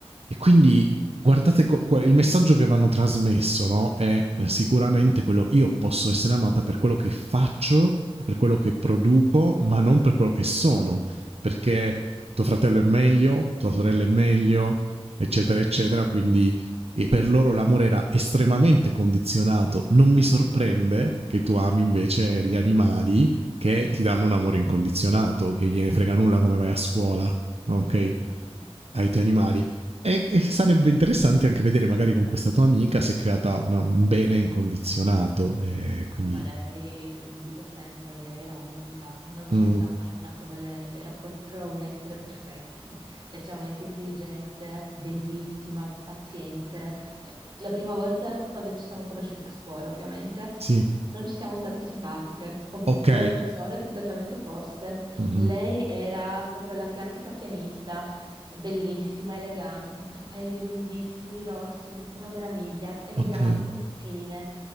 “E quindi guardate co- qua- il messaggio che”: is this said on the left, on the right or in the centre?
Right